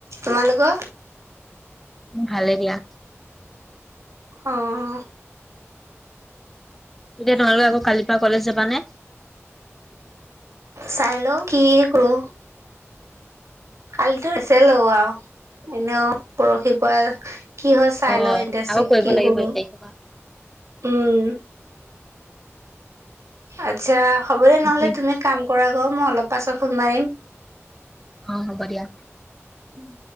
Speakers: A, on the right; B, in the centre.
A: তোমালোকৰ?
B: ভালে দিয়া।
A: অ'।
B: এতিয়া তোমালোকে আকৌ কালিৰ পৰা কলেজ যাবা নে?
A: চাই লওঁ, কি কৰোঁ। কালিতো <inaudible> ছিলো আও। এনেও পৰহিৰ পৰা কি হয় চাই
B: অ',
A: লও ইণ্টাৰ্ণচিপ
B: আকৌ কৰিব
A: কি
B: লাগিব
A: কৰোঁ,
B: এক তাৰিখৰ পৰা।
A: উম, আচ্ছা, হ'ব দে
B: ভাবি
A: নহলে, তুমি কাম কৰাগৈ। মই অলপ পাছত ফোন মাৰিম।
B: অ', হ'ব দিয়া।
A: উম,